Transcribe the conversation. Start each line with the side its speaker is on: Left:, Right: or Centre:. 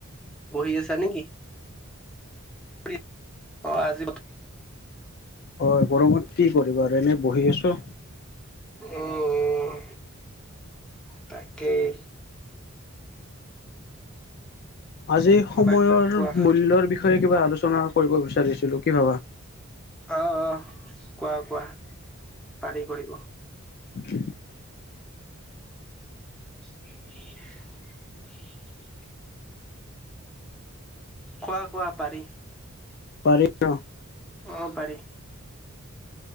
Centre: বহি আছা নেকি অ, আজি।
Left: হয় গৰমত কি কৰে। পৰিবাৰে এনেই বহি আছোঁ।
Centre: উম তাকেই।
Left: আজি সময়ৰ
Centre: বাকী কোৱা
Left: মূল্যৰ বি বিষয়ে কিবা আলোচনা কৰিব বিচাৰিছিলো কি ভাবা?
Centre: অ, অ, কোৱা কোৱা। পাৰি কৰিব।
Left: <unintelligible>
Centre: <unintelligible> কুৱা কুৱা পাৰি।
Left: পাৰি ন
Centre: অ, পাৰি